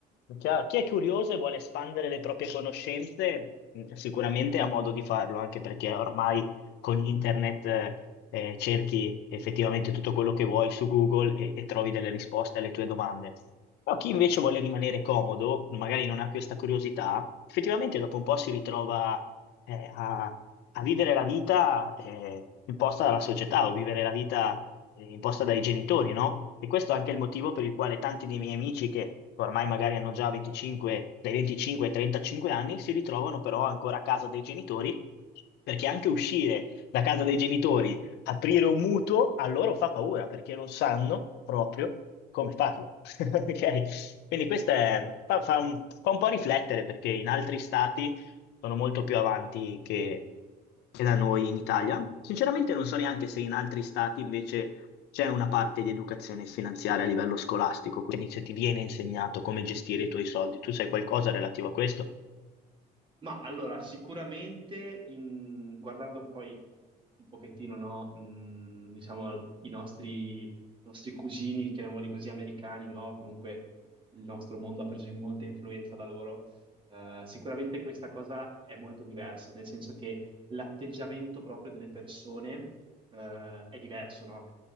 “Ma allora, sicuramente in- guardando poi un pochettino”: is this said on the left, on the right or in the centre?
Right